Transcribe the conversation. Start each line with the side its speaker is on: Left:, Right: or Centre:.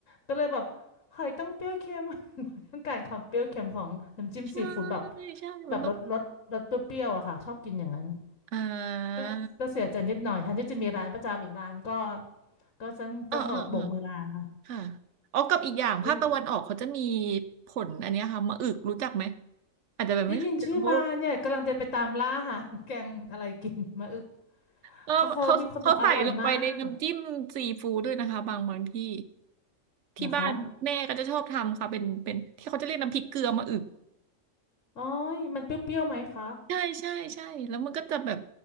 Left: ก็เลยแบบหอยต้องเปรี้ยวเค็ม <laughs> ต้องการความเปรี้ยวเค็มของน้ำจิ้มซีฟู้ดแบบ
Right: ใช่ใช่มันต้อง
Left: แบบรสรสรสเปรี้ยวๆอะค่ะชอบกินอย่างนั้น
Right: อ่า
Left: ก็ก็เสียใจนิดหน่อยแทนที่จะมีร้านประจำอีกร้านก็ก็ต้องต้องแบบโบกมือลาค่ะ
Right: อ่าอ่าอ่าค่ะอ๋อกับอีกอย่างภาคตะวันออกเขาจะมี
Left: ได้
Right: ผลอันเนี้ยค่ะมะอึกรู้จักไหมอาจจะแบบไม่เคยเจอเพราะ
Left: ได้ยินชื่อมาเนี่ยกำลังจะไปตามล่าหาแกงอะไรกินมาอึก
Right: เออเขาเขาใส่ลงไปในน้ำจิ้มซีฟู้ดด้วยนะคะบางบางที่
Left: เขาเขามีคนบอกอร่อยมากเ
Right: ที่บ้านแม่ก็จะชอบทำค่ะเป็นเป็นที่เขาจะเรียกน้ำพริกเกลือมะอึก
Left: หรอคะ โอ้ยมันเปรี้ยวๆไหมคะ
Right: ใช่ใช่ใช่แล้วมันก็จะแบบ